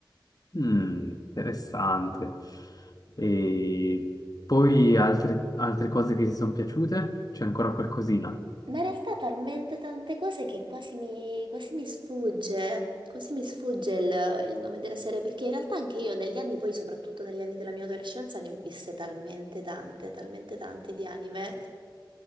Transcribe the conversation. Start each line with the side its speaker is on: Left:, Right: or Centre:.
Left: Mm, interessante. E poi altre, altre cose che ti sono piaciute? C'è ancora qualcosina?
Right: Ma in realtà talmente tante cose che quasi mi, quasi mi sfugge, quasi mi sfugge il, il nome della serie, perché in realtà anche io negli anni, poi soprattutto negli anni della mia adolescenza, ne ho viste talmente tante, talmente tante di anime.